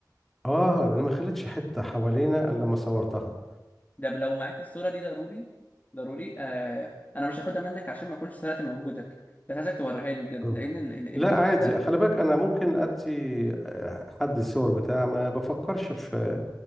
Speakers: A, in the centre; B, on the left.
A: آه، انا ما خلتش حتة حوالينا الا لما صورتها
B: ده لو معاك الصورة دي ضروري ضروري آه أنا مش هاخدها منك عشان ما أكونش سرقت مجهودك بس عايزك توريها لي بجد
A: اه
B: لأن ال- ال-
A: لا
B: المكان
A: عادي
B: ده
A: خلي بالك انا ممكن ادي آه، حد الصور بتاع ما بفكرش في